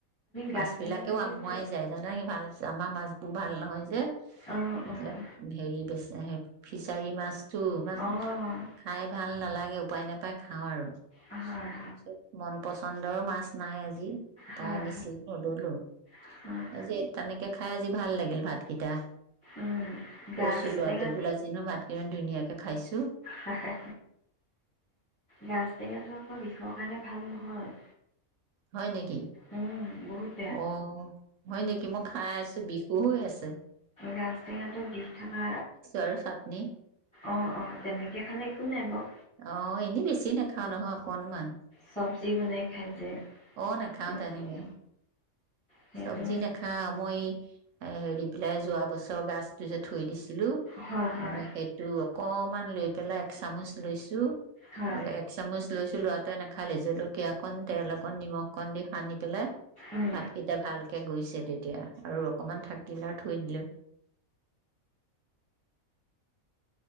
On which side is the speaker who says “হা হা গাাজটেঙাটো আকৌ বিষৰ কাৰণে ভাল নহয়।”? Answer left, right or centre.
Centre